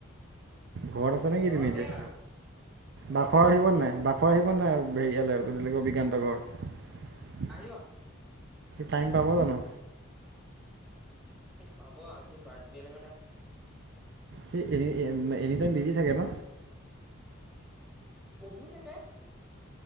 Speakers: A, on the right (about 55°); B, in the centre.
A: ঘৰত আছা নেকি
B: ঘৰতে
A: তুমি এতিয়া
B: আৰু ঘৰতে
A: বাঘৰ আহিব
B: বোলো
A: নে নাই বাঘৰ আহিব। নাই হেৰিয়ালেক অভিজ্ঞান্ত ঘৰত।
B: আহিব।
A: টাইম পাব জানো।
B: পাব আজি বাৰ্থডে নহয় টা।
A: স এ এনিটাইম বিজি থাকে ন।
B: পঢ়িও থাকে।